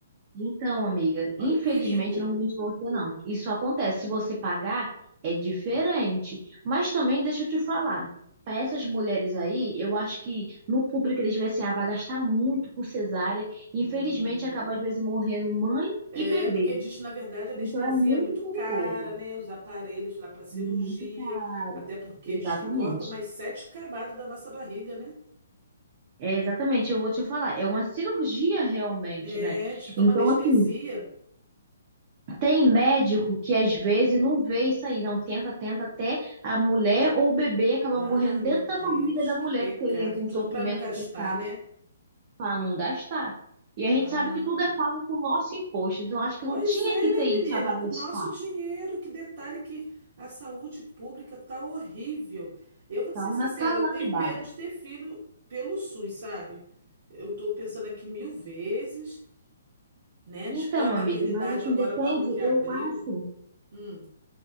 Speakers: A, on the right (about 30°); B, on the right (about 55°).
A: Então, amiga,
B: Olha
A: infelizmente
B: o perigo.
A: não vou mentir pra você não. Isso acontece, se você pagar é diferente, mas também deixa eu te falar. Para essas mulheres aí, eu acho que no público eles veem assim, ah, vai gastar muito por cesárea. Infelizmente
B: Hum.
A: acaba às vezes morrendo mãe
B: É,
A: e bebê.
B: porque diz, que, na verdade, a anestesia
A: Então é muito
B: é muito
A: perigoso,
B: cara, né? Os aparelhos lá para cirurgia.
A: muito caro.
B: Até porque
A: Exatamente.
B: diz que corta mais sete camadas da nossa barriga, né?
A: É, exatamente, eu vou te falar, é uma cirurgia realmente,
B: É,
A: né?
B: diz que toma
A: Então,
B: anestesia.
A: assim, tem médico que às vezes não vê isso aí, não tenta, tenta até a mulher ou o bebê acaba
B: Ah,
A: morrendo
B: meu
A: dentro
B: Deus,
A: da barriga da
B: que
A: mulher,
B: pecado.
A: porque aí entra em
B: Tudo
A: sofrimento
B: para não gastar,
A: fetal
B: né?
A: para não gastar. E a gente
B: Ah,
A: sabe que tudo é pago com o nosso imposto, então acho que
B: pois
A: não tinha
B: é,
A: que
B: né,
A: ter isso
B: menina?
A: para
B: Com
A: gastar,
B: o nosso dinheiro, que detalhe que a saúde pública tá horrível. Eu vou te
A: tá?
B: ser
A: Uma
B: sincera,
A: calamidade.
B: eu tenho medo de ter filho pelo SUS, sabe? Eu tô pensando aqui mil vezes, né?
A: Então,
B: Diz que tem uma maternidade
A: amiga, mas assim,
B: agora
A: depende,
B: nova que abriu.
A: eu acho.
B: Hum,